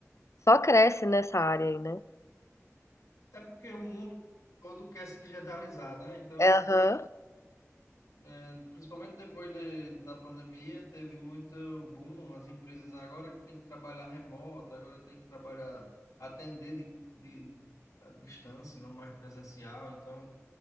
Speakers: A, on the left; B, on the left.
A: Só cresce nessa área aí, né?
B: é porque o mundo todo quer se digitalizar, né? Então,
A: Aham.
B: né, principalmente depois de, da pandemia, teve muito boom, as empresas agora que tem que trabalhar remoto, agora tem que trabalhar, atender de, de à distância, não mais presencial, então